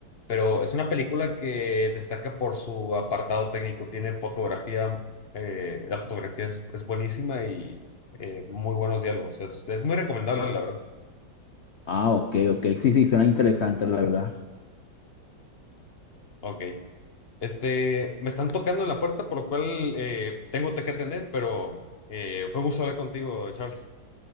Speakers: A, on the left; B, on the left.
A: pero es una película que destaca por su apartado técnico. Tiene fotografía, eh, la fotografía es, es buenísima y eh, muy buenos diálogos. Es, es muy recomendable, la verdad.
B: Ah, ok, ok, sí, sí, suena interesante, la verdad.
A: Ok. Este, me están tocando en la puerta, por lo cual eh, tengo que atender, pero eh, fue un gusto hablar contigo, Charles.